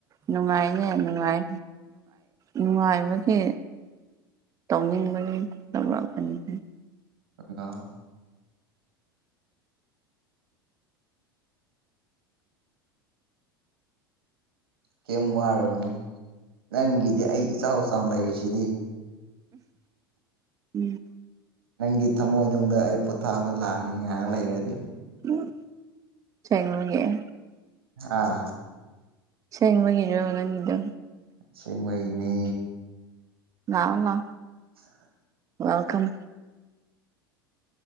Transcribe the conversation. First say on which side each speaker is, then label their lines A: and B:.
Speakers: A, on the right; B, on the right.
A: ꯅꯨꯡꯉꯥꯏꯅꯦꯅꯨꯡꯅꯨꯡ ꯅꯨꯡꯉꯥꯏꯕꯒꯤ ꯇꯧꯅꯤꯡꯦꯅꯤꯦ
B: ꯑ ꯀꯩꯝ ꯋꯥꯔꯨꯔꯨꯅꯨ ꯅꯪꯒꯤꯗꯤ ꯑꯩ ꯏꯆꯥꯎ ꯏꯆꯥꯎꯅ ꯂꯩꯔꯤꯁꯤꯗꯤ
A: ꯎꯝ
B: ꯅꯪꯒꯤ ꯊꯃꯣꯏꯅꯨꯡꯗ ꯑꯩ ꯄꯣꯊꯥꯕ ꯂꯥꯛꯑꯅꯤ ꯉꯥꯏꯍꯥꯛ ꯂꯩꯔꯗꯤ
A: ꯎ ꯆꯦꯡꯦꯡ ꯂꯉꯦꯦ
B: ꯑꯥ
A: ꯁꯦꯡꯕꯒꯤꯗꯔ ꯅꯪꯗ
B: ꯁꯦꯡꯕꯩꯅꯦ
A: ꯉꯑꯂ
B: ꯑ
A: ꯋꯦꯜꯀꯝ